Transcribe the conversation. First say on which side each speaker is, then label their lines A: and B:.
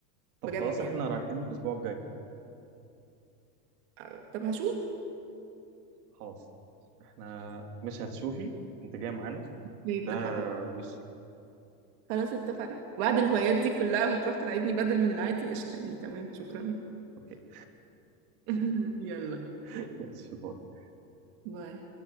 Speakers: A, on the right (about 65°); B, on the right (about 40°).
A: طب
B: بجد
A: خلاص
B: يعني
A: احنا رايحين الاسبوع الجاي
B: آه، طب هشوف
A: خلاص احنا مش هتشوفي انت جاي معانا
B: اتفقنا
A: وده وشي
B: خلاص اتفقنا بعد
A: خلاص
B: الهوايات دي كلها وهتروح تلعبني بدل من العادي قشطة يعني تمام شكرا
A: اوكي
B: <laughs> يلا
A: <laughs> ماشي باي
B: باي